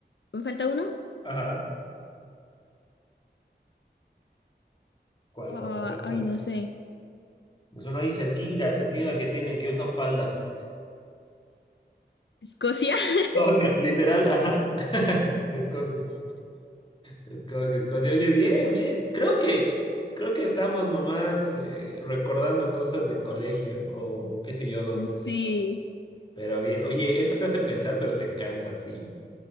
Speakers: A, on the left; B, on the left.
A: me falta uno?
B: Ajá. ¿Cuál,
A: Ah,
B: cuál, cuál,
A: ay,
B: cuál?
A: no sé.
B: Es uno ahí cerquinga, cerquinga que tiene, que usan faldas.
A: ¿Escocia? <laughs>
B: Escocia, literal, ajá. <laughs> Escocia, Escocia, Escocia. Oye, bien, bien. Creo que, creo que estamos nomás eh, recordando cosas de colegio o, o qué sé yo dónde.
A: Sí,
B: Pero bien, oye, esto te hace pensar, pero te cansas. Y